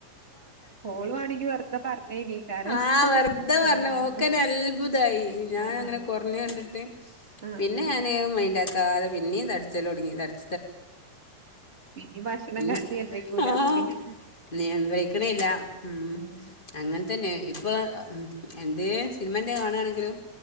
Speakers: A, on the right (about 30°); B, on the left (about 15°).
A: ഓളുവാണെങ്കി വെറുതെ പറഞ്ഞേനീക്കാരോ
B: ആഹ് വെറുതെ പറഞ്ഞു
A: ആഹ്.
B: ഓക്കന്നെ അത്ഭുതായി ഞാനങ്ങനെ
A: ആഹ് ആഹ്
B: കുറഞ്ഞ് കണ്ടിട്ട്
A: ആഹ്
B: പിന്നെ
A: ആഹ്
B: ഞാന് മൈൻഡാ ക്കാതെ പിന്നേം തടിച്ചല് തൊടങ്ങി ത
A: പിന്നെ ഭക്ഷണം
B: ഉം
A: ക നിയന്ത്രിക്കൂല
B: ആഹ്
A: അപ്പൊ പിന്നെ
B: നിയന്ത്രിക്കണില്ല ഇം
A: ആഹ്
B: അങ്ങനെതന്നെ ഇപ്പാ എന്തേ സിനിമ എന്തെ കാണാണെങ്കിലും